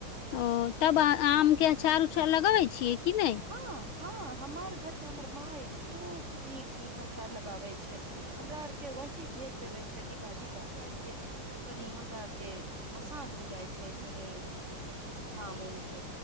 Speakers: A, on the left (about 75°); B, on the right (about 35°).
A: ओ तब आम के अचार उछर लगबै छियै कि नहि
B: हँ हँ हमार घर तऽ हमर माय खूब नीक नीक अचार लगाबे छै हमरा आर के वही भेज देबे छै डिब्बा डिब्बा कर के तऽ तनी हमरा आर के आसान हो जाइ छै तनी काम उम के